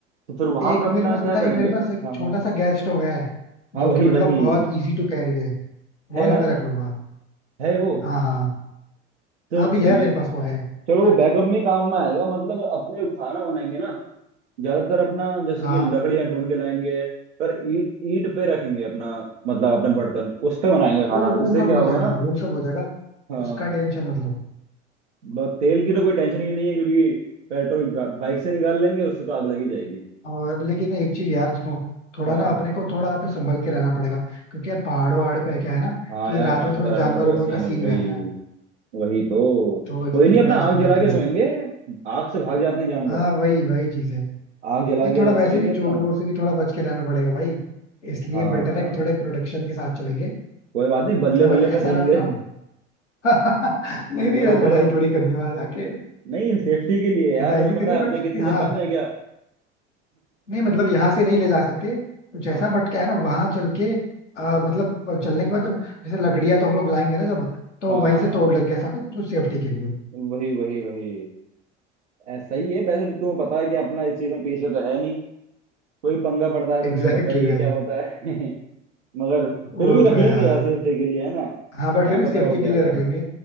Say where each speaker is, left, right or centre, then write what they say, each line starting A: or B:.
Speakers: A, on the right (about 75°); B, on the left (about 80°).
A: तो फिर वहां
B: एक
A: पे अपना
B: मेरे पास
A: क्या
B: पता
A: करेंगे
B: है एक मेरे पास एक
A: हाँ
B: छोटा
A: हाँ
B: सा गैस स्टोव है
A: हाँ
B: जो
A: वही
B: कि मतलब
A: वही
B: बहुत इजी टू कैरी है वो
A: है
B: वाला
A: ना
B: मैं रख लूंगा
A: है वो
B: हाँ हाँ
A: तो
B: हाँ
A: सही
B: भी है मेरे
A: है
B: पास वो है
A: चलो वो बैकअप में काम में आएगा मतलब अपने जो खाना बनाएंगे ना ज्यादातर अपना जैसे
B: हाँ
A: कि लकड़ियां ढूंढ के लाएंगे पर ईट ईट पे रखेंगे अपना मतलब अपने बर्तन उस पे बनाएंगे खाना
B: वो वो
A: इससे
B: सब
A: क्या
B: हो
A: होगा
B: जाएगा
A: ना
B: वो सब हो जाएगा
A: हाँ
B: उसका टेंशन मतलब
A: ब- तेल की तो कोई टेंशन ही नहीं है क्योंकि पेट्रोल गा- बाइक से निकाल लेंगे उससे तो आग लगी जाएगी
B: और लेकिन एक चीज यार सुनो थोड़ा
A: हाँ
B: ना अपने को थोड़ा यहाँ पे संभल के रहना पड़ेगा क्योंकि यार पहाड़ों वहाड़ों पे क्या है ना
A: हाँ
B: कि
A: यार
B: रात
A: जानवर
B: में थोड़ा जानवर
A: अनवर
B: वानवर
A: का सीन
B: का सीन
A: वही
B: रहता है
A: वही तो
B: तो इसलिए
A: कोई नहीं अपना
B: थोड़ा
A: आग
B: संभल
A: जला
B: के
A: के
B: रहना
A: सोएंगे आग से भाग जाते हैं जानवर
B: हाँ वही वही चीज है
A: आग
B: नहीं
A: जला के
B: थोड़ा वैसे
A: सोएंगे
B: भी
A: अपना
B: चोर वोर से भी थोड़ा बच के रहना पड़ेगा भाई इसलिए
A: हाँ
B: बेटर है कि थोड़े प्रोटेक्शन के साथ चलेंगे
A: कोई बात नहीं बल्ले
B: मतलब
A: बल्ले
B: ऐसा
A: रख
B: ना
A: लेंगे
B: हो ना <laughs> नहीं नहीं
A: वही
B: यार लड़ाई
A: तो
B: थोड़ी करनी है वहां जाके
A: नहीं सेफ्टी के लिए यार
B: लड़ाई
A: तुम्हें
B: नहीं
A: पता
B: करी
A: है अपना
B: बट फिर
A: किसी
B: भी
A: से
B: हाँ
A: कम है क्या
B: नहीं मतलब यहाँ से नहीं ले जा सकते कुछ
A: हाँ
B: ऐसा बट क्या है ना वहां चल के आ, मतलब पर चलने के बाद जब जैसे लकड़ियां तो हम लोग लाएंगे ना जब तो
A: हाँ
B: वहीं से तोड़ लेंगे ऐसा कुछ कुछ सेफ्टी के लिए
A: वही वही वही ऐ, सही है वैसे तुम्हें पता है कि अपना इस चीज में पीछे तो है नहीं कोई पंगा पड़ता है तो
B: एग्जैक्टली
A: तुम्हें पता
B: exactly
A: ही है
B: भाई
A: क्या होता है <laughs> मगर फिर
B: वो
A: भी
B: तो
A: रख
B: है
A: लेंगे
B: यार
A: यार सेफ्टी के लिए है ना
B: हाँ बट
A: क्या
B: फिर
A: पता
B: भी सेफ्टी
A: वो क्या
B: के लिए
A: लाए
B: रख लेंगे